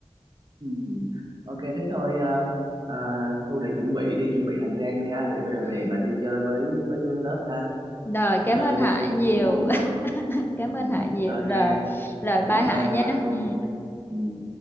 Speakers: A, on the right; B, on the left.
A: ừ. Ok thế thôi à, à, Thu để chuẩn bị đi, chuẩn bị hành trang đi ha để về
B: Ừ.
A: về mà đi chơi với với với lớp ha.
B: Rồi cảm
A: Nghỉ ngơi
B: ơn
A: đi,
B: Hải nhiều.
A: cũng muộn rồi.
B: <laughs> Cảm
A: Ừ,
B: ơn Hải nhiều.
A: ok,
B: Rồi rồi
A: vậy
B: bye
A: nha,
B: Hải
A: bye
B: nhé.
A: bye Thu.
B: Ừ.
A: Ừ.